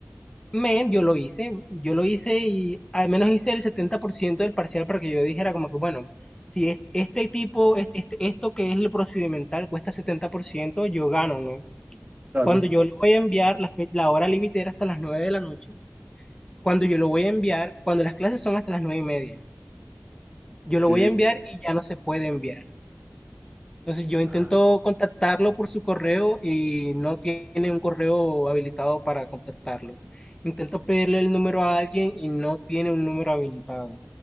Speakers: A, on the left; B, on the right.
A: Men, yo lo hice, yo lo hice y al menos hice el 70% del parcial para que yo dijera como que, bueno, si es- este tipo, este, este- esto que es lo procedimental cuesta 70%, yo gano, ¿no?
B: claro,
A: Cuando yo le voy a enviar, la, fe- la hora límite era hasta las 9 de la noche, cuando yo lo voy a enviar, cuando las clases son hasta las 9 y media, yo
B: ok,
A: lo voy a enviar y ya no se puede enviar. Entonces yo intento
B: ah,
A: contactarlo por su correo y no tiene un correo habilitado para contactarlo. Intento pedirle el número a alguien y no tiene un número habilitado.